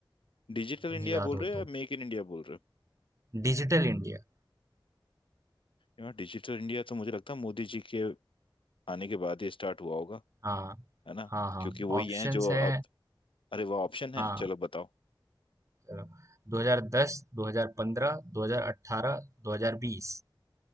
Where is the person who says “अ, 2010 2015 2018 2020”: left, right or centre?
Right